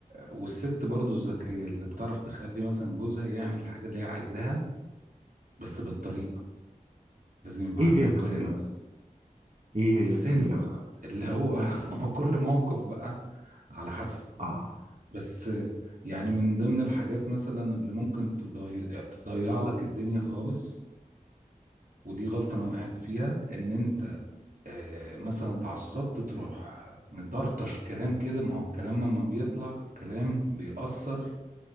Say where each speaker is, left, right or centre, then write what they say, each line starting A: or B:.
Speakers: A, on the right (about 75°); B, on the right (about 50°).
A: والست برضو الذكية اللي بتعرف تخلي مثلا جوزها يعمل الحاجة اللي هي عايزاها بس بالطريقة لازم يبقى
B: ايه
A: عندك
B: هي الطريقة
A: سنس
B: بقى ايه هي
A: السنس
B: الطريقة بقى
A: بقى اللي هو <laughs> ما هو كل موقف بقى على حسب
B: اه
A: بس يعني من ضمن الحاجات مثلا اللي ممكن تضيع تضيع لك الدنيا خالص ودي غلطة انا وقعت فيها ان انت آه، مثلا اتعصبت تروح مطرطش كلام كده ما هو الكلام لما بيطلع الكلام بيأثر